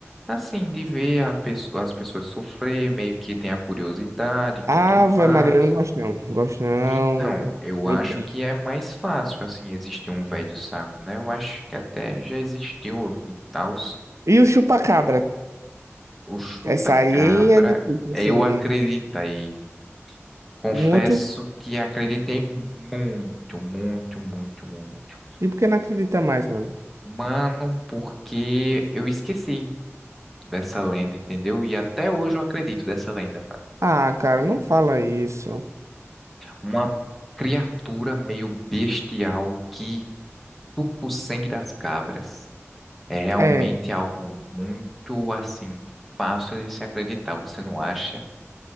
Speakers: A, in the centre; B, on the right.
A: assim de ver a pesso- as pessoas sofrer, meio que tem a curiosidade e tudo
B: Ave
A: mais.
B: Maria, eu não gosto não. Gosto não.
A: Então, eu
B: Meio
A: acho
B: triste.
A: que é mais fácil, assim, existir um velho saco, né? Eu acho que até já existiu e tal.
B: E o chupa-cabra?
A: O chupa-cabra,
B: Essa aí é difícil,
A: eu
B: assim.
A: acreditei. Confesso
B: Muito.
A: que acreditei muito, muito, muito, muito.
B: E porque não acredita mais, mano?
A: Mano, porque eu esqueci dessa lenda, entendeu? E até hoje eu acredito dessa lenda, mano.
B: Ah, cara, não fala isso.
A: Uma criatura meio bestial que chupa o sangue das cabras. É realmente
B: é
A: algo muito assim fácil de se acreditar, você não acha?